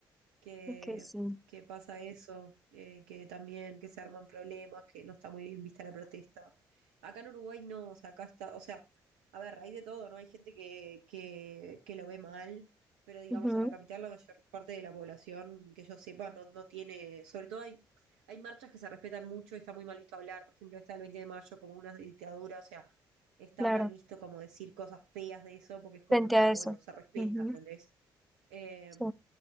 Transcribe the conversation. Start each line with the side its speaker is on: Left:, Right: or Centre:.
Right: que,
Centre: Ok, sí.
Right: que pasa eso, eh, que también que se arman problemas, que no está muy bien vista la protesta. Acá en Uruguay no, o sea, acá está, o sea, a ver, hay de todo, ¿no? Hay gente que, que, que lo ve mal, pero digamos
Centre: Ujú,
Right: en la capital la mayor parte de la población que yo sepa no, no tiene, sobre todo hay, hay marchas que se respetan mucho y está muy mal visto hablar, por ejemplo, esta del 20 de mayo como una dictadura, o sea, está
Centre: claro.
Right: mal visto como decir cosas feas de eso porque es como,
Centre: frente
Right: está,
Centre: a eso.
Right: bueno, se respeta,
Centre: Ujú,
Right: ¿entendés? Eh,
Centre: sí,